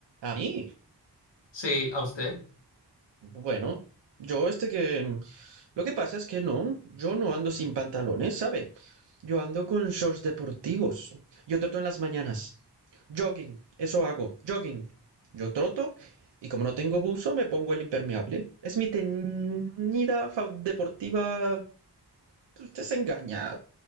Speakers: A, on the right (about 85°); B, on the left (about 85°).
A: A mí.
B: Sí, a usted.
A: Bueno, yo este que... Lo que pasa es que no, yo no ando sin pantalones, ¿sabe? Yo ando con shorts deportivos. Yo troto en las mañanas. Jogging, eso hago, jogging. Yo troto y como no tengo buzo me pongo el impermeable. Es mi teñida fa- deportiva Usted se engaña.